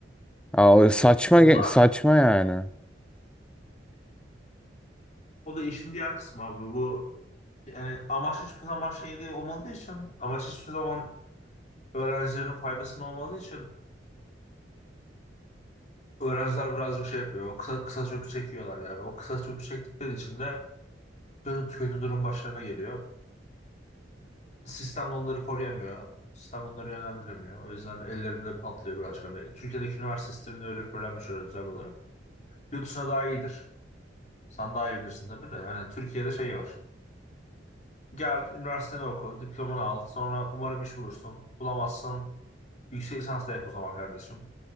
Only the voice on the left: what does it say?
O
var.
O da işin diğer kısmı abi. Bu yani amaç hiçbir zaman şey değil olmadığı için, amaç hiçbir zaman öğrencilerin faydasına olmadığı için öğrenciler birazcık şey yapıyor. O kısa kısa çöpü çekiyorlar yani. O kısa çöpü çektikleri için de kötü, kötü durum başlarına geliyor. Sistem onları koruyamıyor. Sistem onları yönlendiremiyor. O yüzden ellerinde patlıyor birazcık. Hani Türkiye'deki üniversite sisteminde öyle bir problem yaşıyoruz özel olarak. Yurt dışına daha iyidir. Sen daha iyi bilirsin tabii de. Yani Türkiye'de şey var. Gel, üniversiteni oku, diplomanı al. Sonra umarım iş bulursun. Bulamazsın. Yüksek lisans da yap o zaman kardeşim.